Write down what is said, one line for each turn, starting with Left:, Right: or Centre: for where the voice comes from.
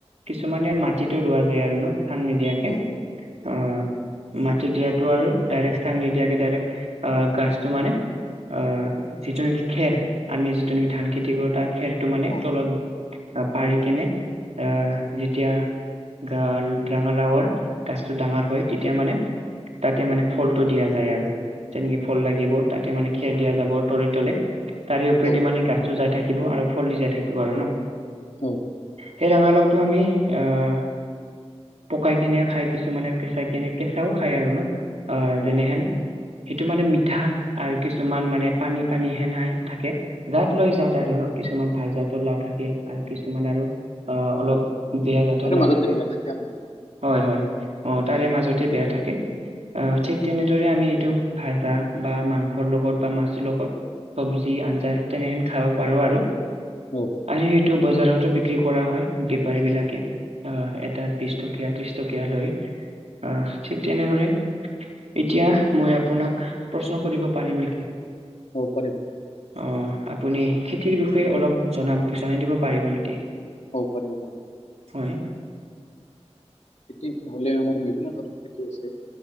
Right: কিছুমান ইয়াৰ মাটিতো ৰোৱা যায় আৰু ন চাং নিদিয়াকে
Left: অ
Right: অ ম দিয়াতটো আৰু ডাইৰেক্ট চাং নিদিয়াকে ডাইৰেক্ট আহ গাছটো মানে অ যিটো নেকি খেৰ আমি যিটো নেকি ধান খেতি কৰো তাৰ খেৰ তটো মানে
Left: অ
Right: তলত পাৰি কিনে আহ যেতিয়া গ ৰঙালাওৰ গাছটো ডাঙৰ হয় তেতিয়া মানে তাতে মানে ফলটো দিয়া যায় আৰু তেনেকে ফল লাগিব তাতে মানে খেৰ দিয়া যাব তলে তলে তাৰে ওপৰিদি
Left: অ
Right: মানে গাছটো যাই থাকিব আৰু ফল দি যাই থাকিব আৰু ন
Left: হ
Right: সেই ৰঙালাওটো আমি আহ পকাই কেনে খায় কিছুমানে কেঁচা কেনে কেঁচাও খায় আৰু ন আহ
Left: অ
Right: যেনেহেন সেইটো মানে মিঠা আৰু কিছুমান মানে পানী পানী সেন হৈ থাকে জাত লৈ যাত আৰু ন কিছুমান ভাল জাতৰ লাও থাকে আৰু কিছুমান আৰু অ অলপ বেয়া জাতৰ
Left: তাৰে
Right: লাও
Left: মাজতে
Right: থাকে
Left: বিয়া আৰু
Right: হয় হয় অ তাৰে মাজতে বেয়া থাকে। অহ ঠিক তেনেদৰে আমি এইটো ভজা বা মাংসৰ লগত বা মাছৰ লগত চব্জি আঞ্জা তেনেকে খাব পাৰো আৰু
Left: অ
Right: আৰু সেইটো বজাৰতো বিক্ৰী কৰা হয়। বেপাৰী বিলাকে অহ এটাত বিশ টকীয়া ত্ৰিশ টকীয়া লৈ অ ঠিক তেনেহলে। এতিয়া মই আপোনাক প্ৰশ্ন কৰিব পাৰিম নেকি?
Left: অ পাৰিব।
Right: অ আপুনি খেতিৰ বিষয়ে অলপ জন জনাই দিব পাৰিব নেকি?
Left: অ পাৰিম পাৰিম।
Right: হয়।
Left: খেতি হলে আমাৰ বিভিন্ন ধৰণৰ খেতি আছে।